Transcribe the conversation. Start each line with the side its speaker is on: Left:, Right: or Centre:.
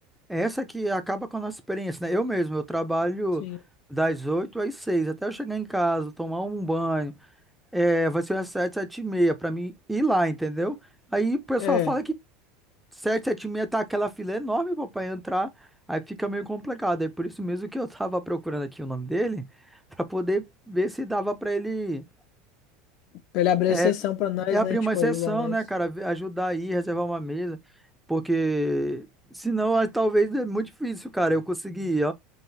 Centre: Essa que acaba com a nossa experiência, né? Eu mesmo, eu trabalho
Left: Sim.
Centre: das 8 às 6 até eu chegar em casa, tomar um banho. É, vai ser umas 7 7 e meia pra mim ir lá, entendeu? Aí o pessoal
Left: É.
Centre: fala que. 776 tá aquela fila enorme, pô, pra entrar. Aí fica meio complicado. É por isso mesmo que eu <laughs> tava procurando aqui o nome dele, pra poder ver se dava pra ele
Left: Pra ele abrir
Centre: é,
Left: exceção pra nós,
Centre: é abrir
Left: né? Tipo,
Centre: uma exceção,
Left: ajudar nós.
Centre: né, cara? Ver- Ajudar aí, reservar uma mesa. Porque senão ah, talvez é muito difícil, cara, eu conseguir,